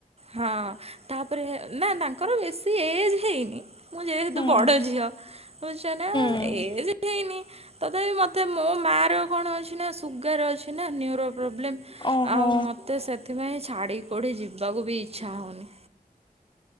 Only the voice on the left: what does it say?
ହୁଁ
ହୁଁ
ଓହୋ